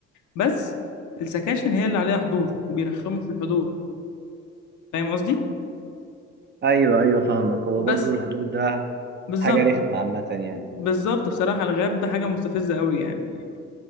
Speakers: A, on the left; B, on the right.
A: بس السكاشن هي اللي عليها حضور وبيرخموا في الحضور فاهم قصدي
B: ايوه ايوه فاهمك هو
A: بس
B: برضو الحضور ده
A: بالظبط
B: حاجه رخمه عامه يعني
A: بالظبط بصراحه الغياب ده حاجه مستفزه قوي يعني